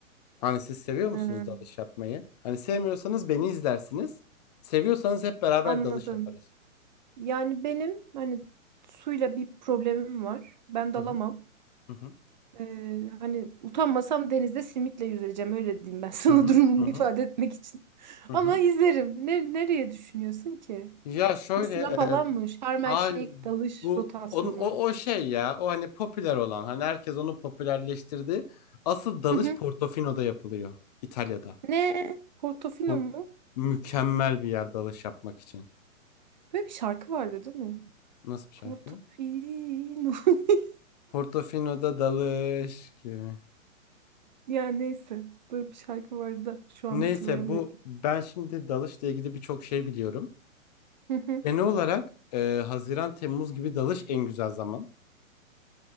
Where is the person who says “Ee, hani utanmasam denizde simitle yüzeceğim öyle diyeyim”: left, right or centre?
Right